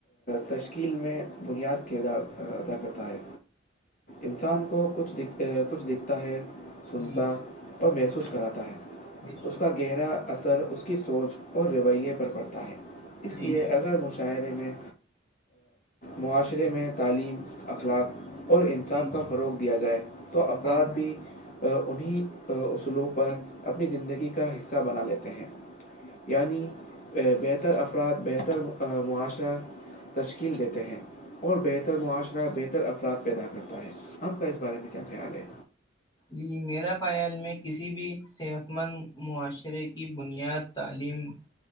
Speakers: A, on the left (about 40°); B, on the left (about 20°).
A: تشکیل میں بنیاد کردار ادا کرتا ہے انسان کو کچھ دکھ کچھ دکھتا ہے سنتا
B: جی جی
A: اور محسوس کراتا ہے
B: بے شک
A: اس کا گہرا اثر اس کی سونچ اور رویے پر پڑتا ہے اس
B: جی
A: لیے
B: جی
A: اگر مشاعرے میں معاشرے میں تعلیم اخلاق اور انصاف
B: جی جی
A: روک دیا جائے تو افراد
B: ہاں ہاں
A: بھی انیں اصولوں پر اپنی زندگی کا حصہ بنا لیتے ہیں یعنی بہتر افراد بہتر معاشرہ تشکیل دیتے ہیں اور بہتر معاشرہ بہتر افراد پیدا کرتا ہے آپ کا اس بارے میں کیا خیال ہے
B: جی میرا خیال میں کسی بھی صحت مند معاشرے کی بنیاد تعلیم